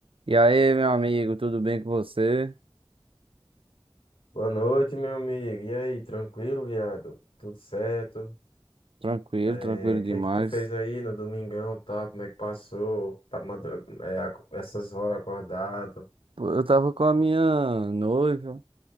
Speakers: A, on the right; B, on the left.
A: E aí, meu amigo, tudo bem com você?
B: Boa noite, meu amigo. E aí, tranquilo, viado? Tudo certo?
A: Tranquilo,
B: É,
A: tranquilo
B: o
A: demais.
B: que é que tu fez aí no domingão, tá? Como é que passou? Tá, madru- é, aco- essas horas acordado?
A: Pô, Eu tava com a minha noiva,